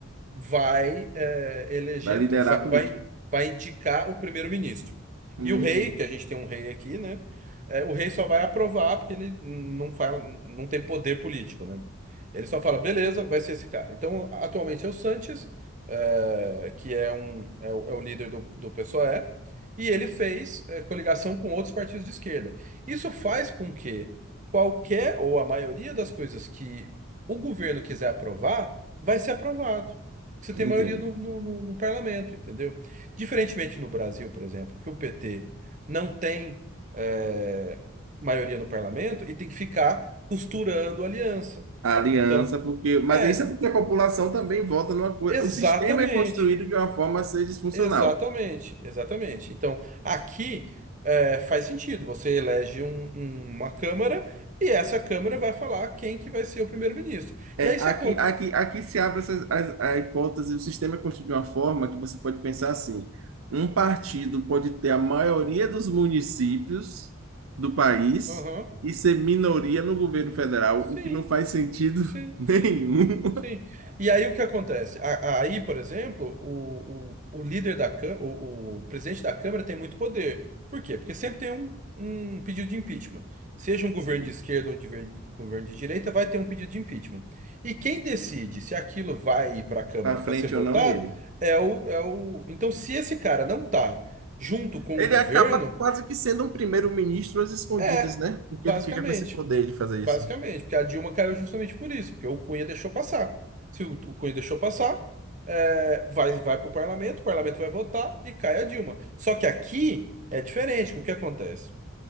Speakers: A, on the right (about 35°); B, on the right (about 80°).
A: vai eh, eleger,
B: vai liderar
A: vai,
B: a política.
A: vai, vai indicar o primeiro-ministro.
B: Hum,
A: E o rei, que a gente tem um rei aqui, né? eh, o rei só vai aprovar porque ele não fala, não tem poder político, né? Ele só fala, beleza, vai ser esse cara. Então, atualmente é o Sanches, eh, que é, um, é, o, é o líder do, do PSOE, e ele fez eh, coligação com outros partidos de esquerda. Isso faz com que qualquer ou a maioria das coisas que o governo quiser aprovar, vai ser aprovado você tem
B: entendo.
A: maioria no, no, no- no parlamento, entendeu? Diferentemente no Brasil, por exemplo, que o PT não tem eh, maioria no parlamento e tem que ficar costurando aliança.
B: A aliança,
A: Então,
B: porque. Mas
A: é,
B: isso é porque a população também vota numa coisa.
A: exatamente,
B: O sistema é construído de uma forma a ser disfuncional.
A: exatamente, exatamente. Então, aqui eh, faz sentido, você elege um- um- uma Câmara e essa Câmara vai falar quem que vai ser o primeiro-ministro.
B: É,
A: E aí se
B: aqui,
A: acontece...
B: aqui, aqui se abre essa, a, a hipótese, o sistema é construído de uma forma que você pode pensar assim: um partido pode ter a maioria dos municípios do país
A: Aham,
B: e ser minoria no governo federal,
A: Sim,
B: o que não faz sentido
A: sim,
B: <laughs> nenhum.
A: sim. Sim. E aí o que acontece? A- Aí, por exemplo, o, o, o líder da Câmara, o, o presidente da Câmara tem muito poder. Por quê? Porque sempre tem um, um pedido de impeachment. Seja um governo
B: Sim.
A: de esquerda ou de ver- governo de direita, vai ter um pedido de impeachment. E quem decide se aquilo vai ir para a Câmara
B: Para
A: para
B: frente
A: ser votado
B: ou não é ele.
A: é o, é o. Então, se esse cara não tá junto com
B: Ele
A: o governo,
B: acaba quase que sendo um primeiro-ministro às escondidas,
A: é,
B: né? Porque
A: basicamente.
B: ele fica com esse poder de fazer
A: Basicamente,
B: isso.
A: porque a Dilma caiu justamente por isso, porque o Cunha deixou passar. Se o, o Cunha deixou passar, é, vai, vai para o parlamento, o parlamento vai votar e cai a Dilma. Só que aqui é diferente, que o que acontece?